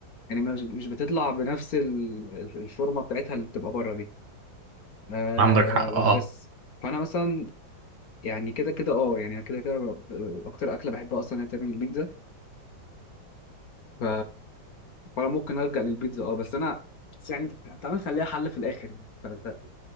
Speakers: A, on the left (about 55°); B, on the right (about 75°).
A: يعني مش مش بتطلع بنفس ال- ال- الفورمه بتاعتها اللي بتبقى بره دي آه
B: عندك حق اه
A: بس فانا مثلا يعني كده كده اه يعني كده كده ب- اكتر اكله بحبها اصلا هي تعمل البيتزا ف فانا ممكن الجا للبيتزا اه بس انا بس يعني تعالى نخليها حل في الاخر يعني فانت